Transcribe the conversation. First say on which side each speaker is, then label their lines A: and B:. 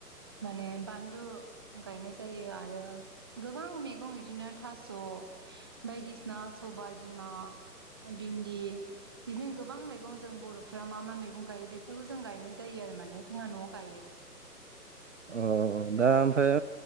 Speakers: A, on the right; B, on the right.
A: माने बानलु गायनाय जायो आरो गोबां मैगं बिदिनो थास' बायदिसिना सबाय बिमा भिन्दि बिदिनो गोबां मैगं जों बर' फ्रा मा मा मैगं गायो बेफोरखौ जों गायनाय जायो आरो माने जोंहा न'आव गायो
B: अ दा ओमफ्राय